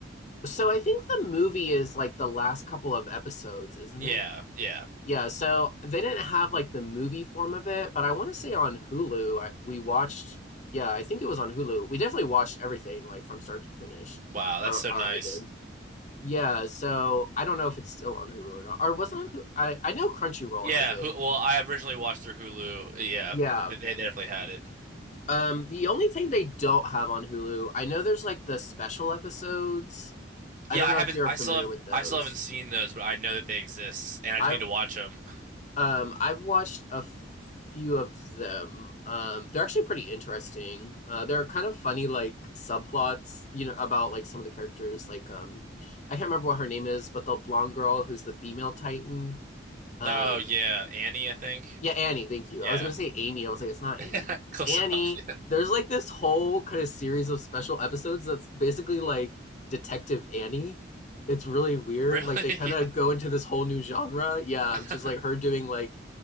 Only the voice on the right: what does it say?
Yeah,
yeah.
Wow, that's
so
nice.
Yeah,
Hu- well, I originally watched through Hulu. Yeah,
they, they definitely had it.
Yeah,
I
haven't.
I
still have.
I still haven't seen those, but I know that they exist, and I
do need to watch them.
Oh yeah, Annie, I think.
Yeah,
<laughs>
close
enough. Yeah,
really.
<laughs>
Yeah.